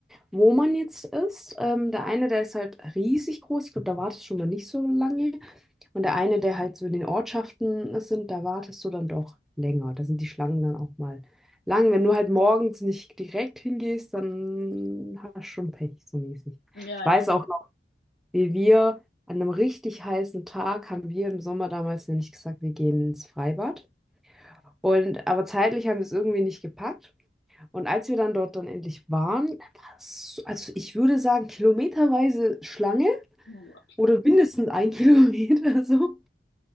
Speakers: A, in the centre; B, on the left.
A: wo man jetzt ist. Ähm, der eine, der ist halt riesig groß. Ich glaube, da wartest du schon mal nicht so lange. Und der eine, der halt so in den Ortschaften sind, da wartest du dann doch länger. Da sind die Schlangen dann auch mal lang. Wenn du halt morgens nicht direkt hingehst, dann hast du schon Pech, so mäßig.
B: Ja,
A: Ich weiß
B: ja.
A: auch noch, wie wir an einem richtig heißen Tag haben wir im Sommer damals nämlich gesagt, wir gehen ins Freibad. Und aber zeitlich haben wir es irgendwie nicht gepackt. Und als wir dann dort dann endlich waren, war es so- also ich würde sagen, kilometerweise Schlange
B: Oh Gott.
A: oder mindestens ein <laughs> Kilometer so.